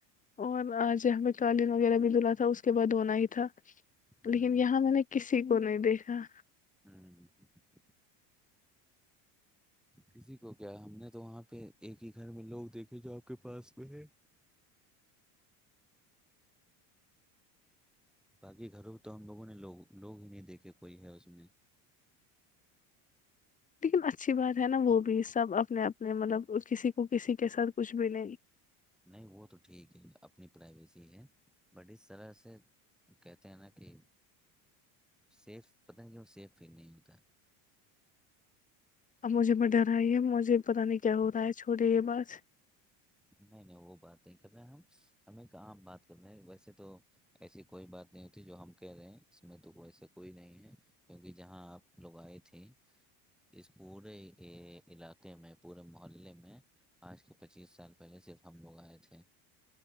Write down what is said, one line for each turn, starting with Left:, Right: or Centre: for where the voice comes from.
Left: اور آج ہم پ قالین وغیرہ بھیدا تھا اس کے بعد ہونا ہی تھا
Centre: ہ
Left: لیکن یہاں میں نے کسی کو نہیں دیکھا
Centre: ہوں کسی کو کیا ہم نے تو وہاں پہ ایک ہی گھر میں لوگ دیکھے جو آپ کے پاس میں ہے باقی گھروں پ تو ہم لوگوں نے لوگ لوگ ہی نہیں دیکھے کوئی ہے اس میں
Left: لیکن اچھی بات ہے نا وہ بھی سب اپنے اپنے مطلب کسی کو کسی کے ساتھ کچھ بھی نہیں
Centre: نہیں وہ تو ٹھیک ہے اپنی پرائیویسی ہے بٹ اس طرح سے کہتے ہیں نا کہ سیف پتہ نہیں کیوں سیف فیل نہیں ہوتا
Left: اب مجھے میں ڈر آئی ہے مجھے پتہ نہیں کیا ہو رہا ہے چھوڑے یہ بعس
Centre: نہیں نہیں وہ بات نہیں کر رہے ہم ہمیںام بات کر رہے ہیں ویسے تو ایسی کوئی بات نہیں ہوتی جو ہم کہہ رہے ہیں اس میں تو ایسے کوئی نہیں ہے کیونکہ جہاں آپ لوگ آئے تھے اس پورے علاقے میں پورے محلے میں آج کے پچیس سال پہلے صرف ہم لوگ آئے تھے